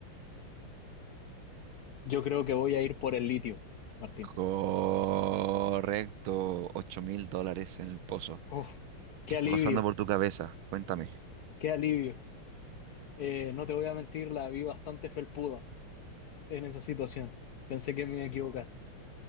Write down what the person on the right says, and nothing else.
Correcto. ocho mil dólares en el pozo.
¿Qué está
pasando por tu cabeza? Cuéntame.